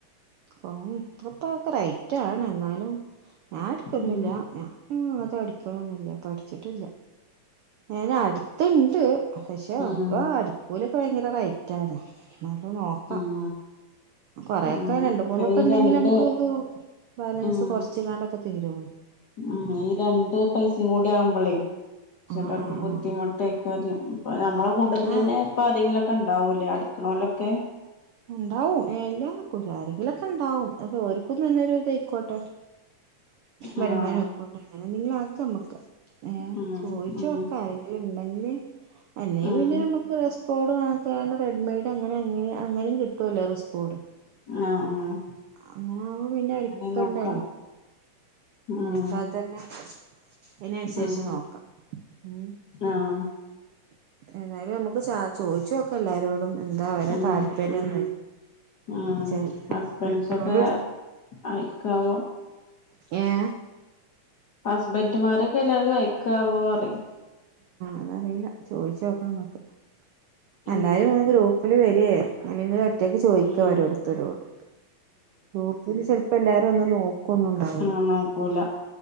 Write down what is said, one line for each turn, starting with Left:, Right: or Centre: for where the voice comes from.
Right: ഊം ഇപ്പത്തക്ക റൈറ്റാണ് ഇന്നാലും ഞാൻ അടിക്കൊന്നുല്ല
Left: ഉം
Right: ഞ ഇപ്പത് പഠിക്ക്ണൊന്നുല്ല പഠിച്ചിട്ടില്ല അയ്ന അ തിണ്ട് പക്ഷെ
Left: ഉം
Right: ഇപ്പൊ അടിക്കൂ ഭയങ്കര റൈറ്റ് ആണ് നല്ല നോർത്ത
Left: ഉം
Right: കൊറേക്കെ
Left: ഉം
Right: രണ്ട് മൂന്നൊക്കെ
Left: ഈ
Right: ഉണ്ടെങ്കിൽ
Left: രണ്ട്
Right: നമ്മുക് <unintelligible> ബാലൻസ്
Left: ഉം
Right: കൊറച്ച്കാണ്ടൊക്കെ തരും തിര വോര്
Left: ഉം ഈ രണ്ട് പൈസിം കൂടി ആവുമ്പളേ ചെലോൽക്ക്
Right: ആഹ് ആഹ്
Left: ബുദ്ധിമുട്ടയ്ക്കാര്യം
Right: ആഹ്
Left: നമ്മളെ കൂട്ടത്തിൽ തന്നപ്പാരെങ്കി
Right: ആഹ്
Left: ക്കണ്ടാവൂല്ലേ അടിക്കണോലൊക്കെ
Right: ഉണ്ടാവും ഏ ഇല്ലാതിക്കൂല ആരെങ്കിലൊക്കെ ഇണ്ടാവും അപ്പൊ ഓർകുത്തന്നെരു ഇതയ്ക്കോട്ടെ വരുമാനം
Left: ആഹ്
Right: <inaudible> എങ്ങനെങ്കിലാക്കമ്മക്ക് ഏ
Left: ഉം
Right: ചോയ്ച്ചോക്ക
Left: ഉം
Right: ആരെങ്കില ഉണ്ടെങ്കില് അല്ലെയ്
Left: ഉം
Right: പിന്നെ അമ്മക്ക് റസ് കോഡ് മാത്രാ <unintelligible> റെഡ്മെയ്ഡ് അങ്ങനെ അങ്ങനെ അങ്ങനേം കിട്ടൊല്ലോ ഡ്രസ്സ്‌ കോഡ്
Left: ആഹ് ആഹ്
Right: അങ്ങനാകുമ്പോ പിന്നെ അടിക്കണ്ടല്ലോ
Left: അങ്ങനെ നോക്കാം
Right: മടിക്കാത്തന്നെ
Left: ഉം
Right: അയ്നൻസരിച്ച്
Left: ഉം
Right: നോക്കാം ഉം
Left: ആഹ്
Right: ഏതായാലും അമുക്ക് ച ചോയ്ച്ചോ ക്ക എല്ലാരോടും എന്താ അവരുടെ
Left: ഉം
Right: താല്പര്യന്ന്
Left: ഉം
Right: ചെ
Left: ഹസ്ബൻസൊക്കെ
Right: എടുക്കുന്നൊ രെ
Left: അയക്കാവോ
Right: ഏഹ്
Left: ഹസ്ബൻഡുമാരൊക്കെ എല്ലാവും അതു വെയ് ക്ക <unintelligible>
Right: അതറീയല്ല ചോയ്ച്ചോക്കാം മ്മക്ക്
Left: ഉം
Right: എല്ലാരും ന്ന് ഗ്രൂ ല് വരേ നല്ലെങ്കിൽ റ്റേന്ന് ചോയ്ക്ക
Left: ഉം
Right: ഓരോർത്തരോട്‌ ഗ്രൂപ്പില് ചെൽപ്പെല്ലാരൊന്നു നോക്കുന്നുണ്ടാവൂല
Left: ആഹ് നോക്കൂല